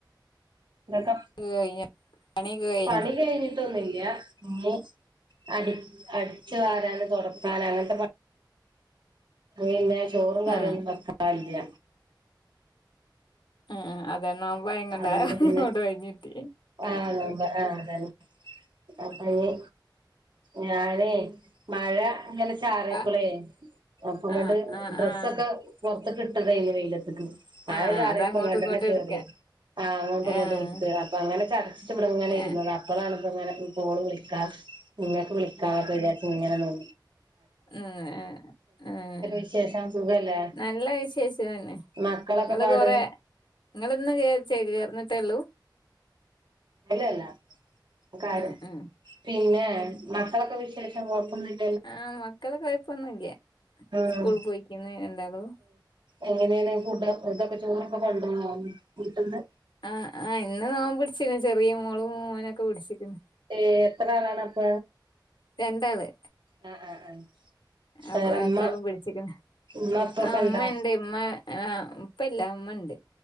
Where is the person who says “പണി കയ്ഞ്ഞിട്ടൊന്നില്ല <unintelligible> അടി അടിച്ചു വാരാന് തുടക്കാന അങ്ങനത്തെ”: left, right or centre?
Right